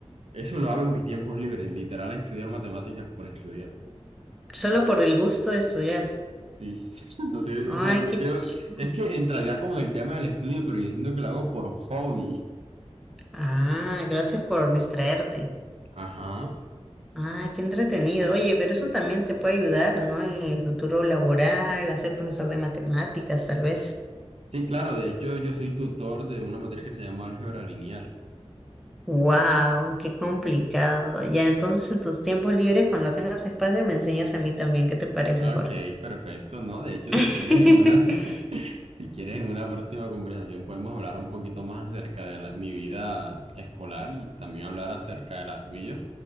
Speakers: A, on the right (about 65°); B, in the centre.
A: eso lo hago en mis tiempos libres, literal, estudiar matemáticas por estudiar.
B: solo por el gusto de estudiar.
A: Sí, <laughs> no sé,
B: Ay,
A: o sea, yo
B: qué
A: creo,
B: chido.
A: es que entraría como en el tema del estudio, pero yo siento que lo hago por hobby.
B: Ah, gracias por distraerte.
A: Ajá.
B: Ah, qué entretenido. Oye, pero eso también te puede ayudar, ¿no? En el futuro laboral, a ser profesor de matemáticas, tal vez.
A: Sí, claro, de hecho yo soy tutor de una materia que se llama álgebra lineal.
B: Wow, qué complicado. Ya, entonces en tus tiempos libres, cuando tengas espacio, me enseñas a mí también. ¿Qué te parece,
A: Ok,
B: Jorge?
A: perfecto, ¿no? De hecho,
B: <laughs>
A: si quieres en una... Si quieres, en una próxima conversación podemos hablar un poquito más acerca de la- mi vida escolar y también hablar acerca de la tuya.